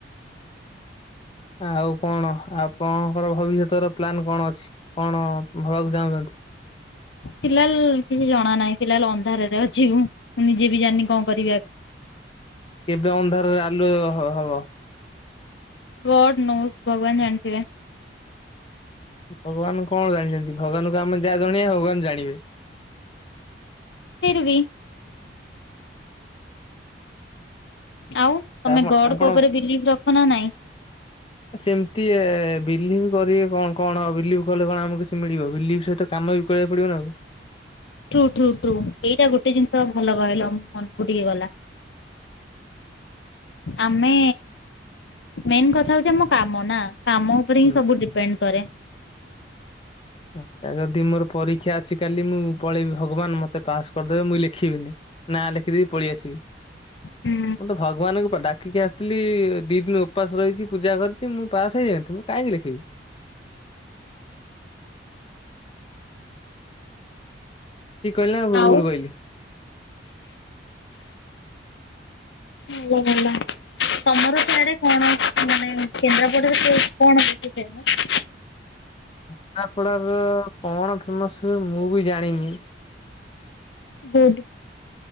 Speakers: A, on the left; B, on the left.
A: ଆଉ କଣ ଆପଣଙ୍କର ଭବିଷ୍ୟତର ପ୍ଲାନ୍ କଣ ଅଛି କଣ ହବାକୁ ଚାହୁଁଛନ୍ତି?
B: ଫିଲହାଲ୍ କିଛି ଜଣା ନାହିଁ ଫିଲହାଲ୍ ଅନ୍ଧାରରେ ଅଛିି ମୁଁ ମୁଁ ନିଜେ ବି ଜାଣିନି କଁ କରିବି ଆଗ
A: କେବେ ଅନ୍ଧାରରେ ଆଲୁଅ ହ ହବ?
B: ଗଡ୍ ନୋଜ୍ ଭଗବାନ ଜାଣିଥିବେ।
A: ଭଗବାନ କଣ ଜାଣିଛନ୍ତି ଭଗବାନଙ୍କୁ ଆମେ ଯାହା ଜଣେଇବା ଭଗବାନ ଜାଣିବେ।
B: ଫିର୍ ବି। ଆଉ ତମେ
A: ଆପଣ
B: ଗଡ୍
A: ଆପଣ
B: ଙ୍କ ଓପରେ ବିଲିଭ୍ ରଖ ନା ନାଇଁ?
A: ଏ ସେମ୍ତି ଏ ବିଲିଭ୍ କରିବେ କଁ କଣ ଆଉ ବିଲିଭ୍ କଲେ କଣ ଆମୁକୁ କିଛି ମିଳିବ ବିଲିଭ୍ ସହିତ କାମ ବି କରିବାକୁ ପଡିବନା ଆଉ।
B: ଟ୍ରୁ ଟ୍ରୁ ଟ୍ରୁ ଏଇଟା ଗୋଟେ ଜିନ୍ଷ ଭଲ କହିଲ ମୋ ମନ୍ କୁ ଟିକେ ଗଲା। ଆମେ ମେନ୍ କଥା ହୋଉଛି ଆମ କାମ ନା କାମ ଉ ଉପରେ
A: ହୁଁ।
B: ହିଁ ସବୁ ଡିପେଣ୍ଡ କରେ।
A: ଏଅଁ ତା ଯଦି ମୋର ପରୀକ୍ଷା ଅଛି କାଲି ମୁଁ ପଳେଇବି ଭଗବାନ ମତେ ପାସ୍ କରିଦେବେ ମୁଇଁ ଲେଖିବିିନି। ନାଁ ଲେଖିଦେଇକି ପଳିଆସିବି।
B: ହୁଁ
A: ମୁଁ ତ ଭଗବାନଙ୍କୁ ପା ଡାକିକି ଆସିଥିଲି ଦି ଦିନି ଉପାସ ରହିଛି ପୂଜା କରିଛି ମୁଁ ପାସ୍ ହେଇ ଯାଇନଥାନ୍ତି ମୁଁ। କଇଁକି ଲେଖିବି? ଠିକ୍ କଇଲି ନା ଭୁ
B: ଆଉ
A: ଭୁଲ୍ କଇଲି?
B: ଭଲ ଭଲ। ତମର ସିଆଡେ କଣ ମାନେ କେନ୍ଦ୍ରାପଡ଼ାରେ କୋଉ କଣ ପାଇଁକି ଫେମସ୍?
A: କେନ୍ଦ୍ରାପଡାର କଣ ଫେମସ ମୁଁ ବି ଜାଣିନି।
B: ହେ ଡୁ